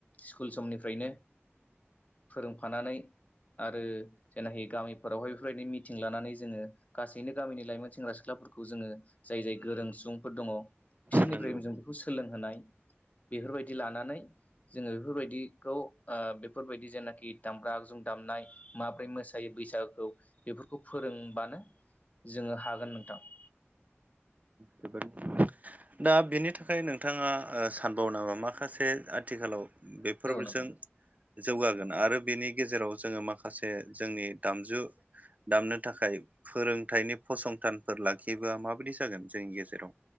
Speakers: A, on the left (about 35°); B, on the right (about 35°).
A: स्कुल समनिफ्रायनो फोरोंफानानै आरो जेनाखि गामिफोरावहाय बेफोरनो मिटिं लानानै जोङो गासै बिदिनो गामिनि लाइमोन सेंग्रा सिख्लाफोरखौ जोङो जाय जाय गोरों सुबुंफोर दङ बिसोरनिफ्राय
B: नंगौ
A: जों बेखौ सोलोंहोनाय बेफोरबायदि लानानै जोङो बेफोरबायदिखौ बेफोरबायदि जेनाखि दामग्रा जों दामनाय माब्रै मोसायो बैसागुखौ बेफोरखौ फोरोंबानो जोङो हागोन नोंथां।
B: जोबोद दा बिनि थाखाय नोंथाङा सानबावो नामा माखासे आथिखालाव बेफोरजों
A: औ नोंथां
B: जौगागोन आरो बेनि गेजेराव जोङो माखासे जोंनि दामजु दामनो थाखाय फोरोंथाइनि फसंथानफोर लाखियोबा माबायदि जागोन जोंनि गेजेराव